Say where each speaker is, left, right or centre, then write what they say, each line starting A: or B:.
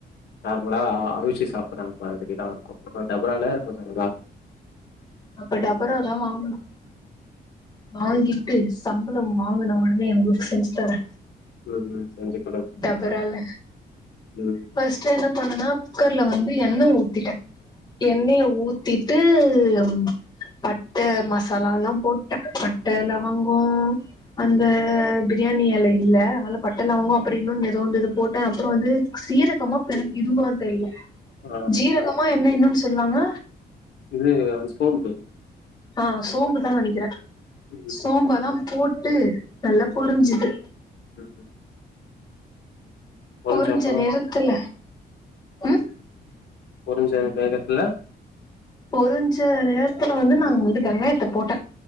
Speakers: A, on the left (about 80°); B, on the left (about 25°).
A: நார்மலா அருசி சாப்புறாங்க மாதிரிதா இருக்கூ டபரால கொஞ்ச நல்லாருக்கு
B: அப்ப டபரா தா வாங்கனு வாங்கி ட்டு சம்பளம் வாங்குன ஒடனே எங்க ஊட்டுக்கு செஞ்சு தரே
A: ம் ம் செஞ்சுக்
B: டபரால
A: ம்,
B: ஃபர்ஸ்ட் என்ன பண்ணனா குக்கர்ல வந்து எண்ண ஊத்திட்டே எண்ணெய
A: ம்.
B: ஊத்திட்டு ம் பட்ட மசாலால்லா போட்டுடே பட்ட லவங்கோ
A: ம்.
B: அந்த பிரியாணி எலை இல்ல அதுனால பட்ட லவங்கோ அப்பறோ இன்னொன்னு எதோ இருந்தது போட்டே அப்பறோ வந்து சீரகமா பெருஞ் இதுவா தெரியல
A: ஆ
B: ஜீரகமா என்ன இன்னோன்னு சொல்லுவாங்க
A: இது அது சோம்பு
B: ஆ சோம்புதா நெனக்கிறே
A: ம், ம்,
B: சோம்பதா போட்டு நல்லா பொரிஞ்சுது
A: ம், ம். பொரிஞ்ச
B: பொருஞ்ச
A: அப்புறம்
B: நேரத்துல ம்
A: பொருஞ்ச வேகத்துல
B: பொருஞ்ச நேரத்துல வந்து நாங்க வந்து வெங்காயத்த போட்டே